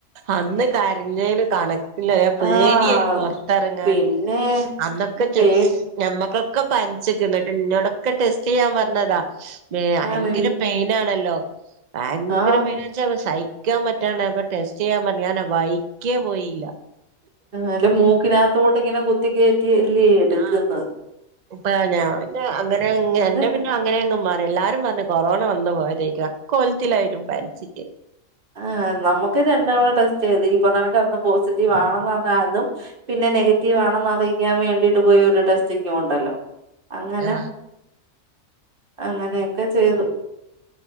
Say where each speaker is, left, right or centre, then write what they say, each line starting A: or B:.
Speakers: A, on the right; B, on the right.
A: അന്ന് കരഞ്ഞേന് കണക് ഇല്ല പേടിയേനു
B: ആഹ്
A: പൊറത്തെറങ്ങാന്
B: പിന്നെ
A: അന്നൊക്കെ
B: പേടി
A: ഞമ്മക്ക് ക്കെ പന്ച്ച്ക്ക്ണ് ന്ന് ട്ട് ഇന്നോടൊക്കെ ടെസ്റ്റ് ചെയ്യാൻ പറഞ്ഞതാ മേ ഭയങ്കര
B: ആണല്ലേ
A: പെയിനാണല്ലോ <inaudible> ഭയങ്കര
B: ആഹ്
A: പെയിനാ പക്ഷ സഹിക്കാൻ പറ്റാണ്ടായപ്പൊ ടെസ്റ്റ് ചെയ്യാൻ പറഞ്ഞ് ഞാൻ വൈക്കേ പോയില്ല
B: അല്ല മൂക്കിനകത്തോട്ട് ഇങ്ങനെ കുത്തി കയറ്റിയല്ലേ എടുക്കുന്നത്
A: ആ ഇപ്പ ഞാൻ അങ്ങനെ
B: അത്
A: എന്റെ പിന്നെ അങ്ങനെ അങ്ങ് മാറി എല്ലാരും പറഞ്ഞ് കൊറോണ വന്നു പോയതേരിക്കും അക്കോലത്തിലായിന്നു പനിച്ചിട്ട്
B: അ നമുക്ക് രണ്ട് തവണ ടെസ്റ്റ് ചെയ്ത് ഇപറഞ്ഞ പോണ്ക് അന്ന് പോസിറ്റീവ് ആണെന്നഞ്ഞാൽ അതും പിന്നെ നെഗറ്റീവ് ആണെന്ന് അറിയിക്കാൻ വേണ്ടിട്ട് പോയി ഒരു ടെസ്റ്റിങ്ങും ഉണ്ടല്ലോ അങ്ങനെ
A: ആ
B: അങ്ങനെയൊക്കെ ചെയ്തു